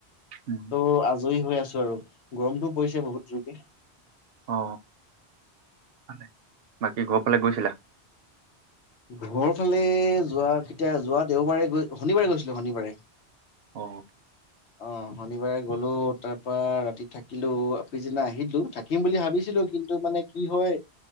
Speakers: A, on the right (about 65°); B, on the left (about 80°).
A: উম
B: ত' আজি হৈ আছো আৰু। গৰমতটোও পৰিছে বহুত জোৰকে।
A: অ, ভালে। বাকী ঘৰ ফালে গৈছিলা?
B: ঘৰ ফালে, যোৱা কেতিয়া, যোৱা দেওবাৰে গৈ শনিবাৰে গৈছিলো। শনিবাৰে।
A: অ।
B: অ, শনিবাৰে গলো। তাৰ পৰা ৰাতি থাকিলো। আগদিনা আহিলো। থাকিম বুলি ভাবিছিলো কিন্তু মানে কি হয়।